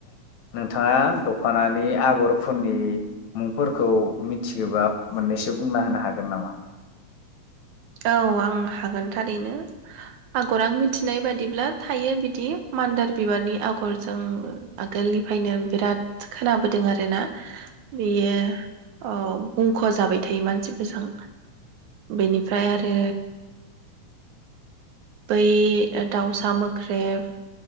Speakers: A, on the left; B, on the right.
A: नोंथाङा दखनानि आगरफोरनि मुंफोरखौ मिथियोबा मोननैसो बुंना होनो हागोन नामा?
B: औ आं हागोन थारैनो आगर आं मिथिनाय बादिब्ला थायो बिदि मान्दार बिबारनि आगरजों आगोलनिफ्रायनो बिराद खोनाबोदों आरोना बेयो अ बुंख' जाबाय थायो मानसिफोरजों बेनि फ्राय आरो बै दाउसा मोख्रेब